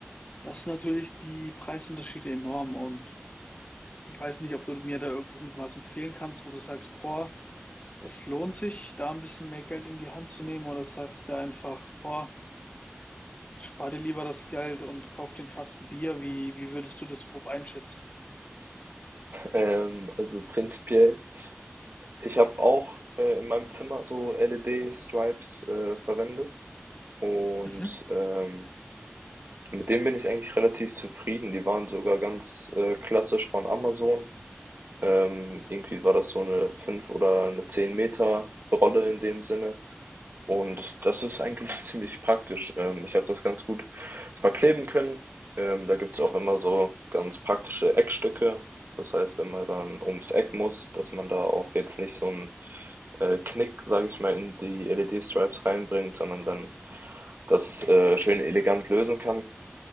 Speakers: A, on the left; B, on the right.
A: das sind natürlich die Preisunterschiede enorm. Und ich weiß nicht, ob du mir da irgendwas empfehlen kannst, wo du sagst, boah, es lohnt sich, da ein bisschen mehr Geld in die Hand zu nehmen oder sagst du einfach, boah, spar dir lieber das Geld und kauf den Kasten Bier. Wie, wie würdest du das grob einschätzen?
B: ähm, also prinzipiell ich habe auch, äh, in meinem Zimmer so LED-Stripes, äh, verwendet und,
A: Mhm.
B: ähm, mit denen bin ich eigentlich relativ zufrieden. Die waren sogar ganz, äh, klassisch von Amazon. Ähm, irgendwie war das so eine fünf oder eine zehn Meter Rolle in dem Sinne und das ist eigentlich ziemlich praktisch. Ähm, ich habe das ganz gut verkleben können. Ähm, da gibt's auch immer so ganz praktische Eckstücke Das heißt, wenn man dann ums Eck muss, dass man da auch jetzt nicht so 'n, äh, Knick, sage ich mal, in die LED-Stripes reinbringt, sondern dann das, äh, schön elegant lösen kann